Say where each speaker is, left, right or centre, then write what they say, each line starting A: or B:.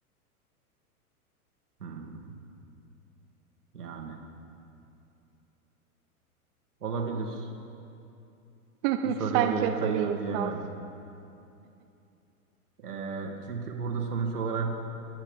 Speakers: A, on the right; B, on the right.
A: Hmm, yani olabilir.
B: <laughs>
A: Bu soruya
B: Sen
A: direkt
B: kötü
A: hayır
B: bir insansın.
A: diyemedim. Ee, çünkü burada sonuç olarak